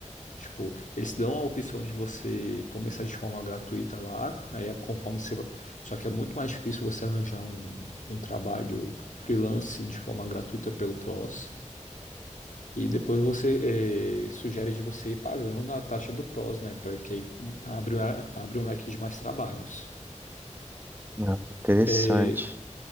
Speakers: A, on the left; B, on the right.
A: Tipo, eles dão a opção de você começar de forma gratuita lá, aí é conforme você. va- Só que é muito mais difícil você arranjar um, um trabalho freelance de forma gratuita pelo PROS. E depois você eh, sugere de você ir pagando a taxa do PROS, né? Porque aí abre, uma- abre um leque de mais trabalhos.
B: Não, que interessante.
A: Eh,